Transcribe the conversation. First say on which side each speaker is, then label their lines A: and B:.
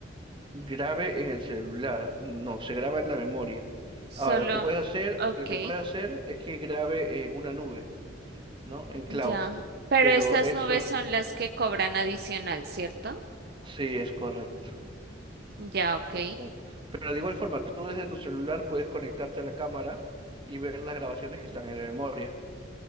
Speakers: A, on the right; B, on the right.
A: grabe en el celular. No, se graba en la memoria.
B: Solo,
A: Ahora, lo que puedes hacer,
B: ok,
A: lo que puedes hacer es que grabe en una nube, ¿no? En cloud.
B: ya. Pero
A: Pero
B: estas
A: eso
B: nubes son las que cobran adicional, ¿cierto?
A: sí es correcto.
B: Ya, ok,
A: Es correcto. Pero de igual forma, tú desde tu celular puedes conectarte a la cámara y ver las grabaciones que están en la memoria.